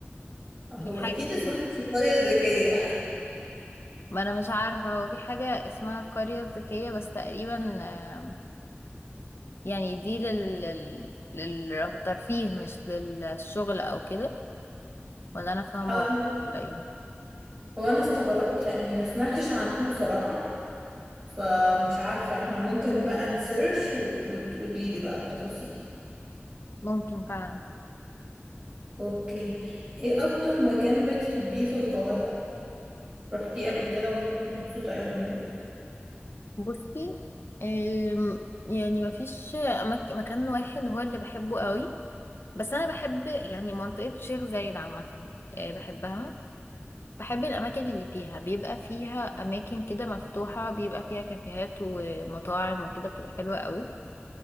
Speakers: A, on the right (about 35°); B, on the left (about 65°).
A: هو
B: في حاجة
A: اكيد اسمها
B: كده
A: مش القريه الذكيه
B: ما انا مش عارفة هو في حاجة اسمها القرية الذكية بس تقريبا آه، يعني دي لل... لل... للترفيه مش للشغل او كده ولا انا فاهمه
A: <laughs>
B: غلط ولا ايه
A: هو انا استغربت لاني ما سمعتش عنها بصراحة فمش عارفة احنا ممكن بقى نسيرش و- وتقولي لي بقى التفاصيل
B: ممكن فعلا
A: اوكي ايه اكتر مكان بتحبيه في القاهرة رحتيه قبل كده وكنت مبسوطة قوي منه
B: بصي أم، يعني مفيش أماك... مكان واحد هو اللي بحبه قوي بس انا بحب يعني منطقه شيخ زايد عامه أه، بحبها بحب الاماكن اللي فيها بيبقى فيها اماكن كده مفتوحه بيبقى فيها كافيهات ومطاعم وكده بتبقى حلوه قوي